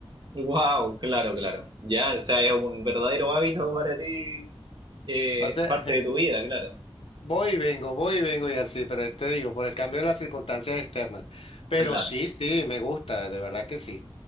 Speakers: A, on the right; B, on the left.
A: Wow, claro, claro. Ya, o sea, es un verdadero hábito para ti Eh,
B: O sea,
A: parte
B: <laughs>
A: de tu vida, claro,
B: Voy y vengo, voy y vengo y así, pero te digo, por el cambio de las circunstancias externas. Pero
A: claro,
B: sí, sí, me gusta, de verdad que sí.